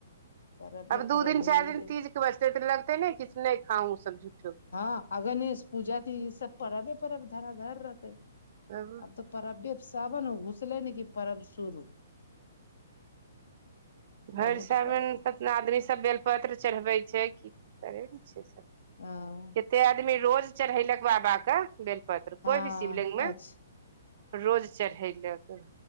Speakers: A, on the left; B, on the right.
A: परबे
B: अब दू
A: परब
B: दीन
A: होइये
B: चैर दीन
A: जे
B: तीज बचते तऽ लगते ने कि नहि खा सबू।
A: हँ आ गणेश पूजाति ई सभ परबे परब धरा धर रहते
B: तब
A: अब तऽ परब सावन घुसले ने कि परब शुरू
B: भैर
A: बहुत
B: सावन
A: पर
B: कतना आदमी सभ बेलपत्र चढ़बै छै कि कि करे छै सभ
A: ह
B: कतेए आदमी रोज चढ़ेलक बाबा कऽ बेल पत्र कोय
A: हँ
B: भी शिवलिंग मे
A: अच्छा
B: रोज चढ़ेलक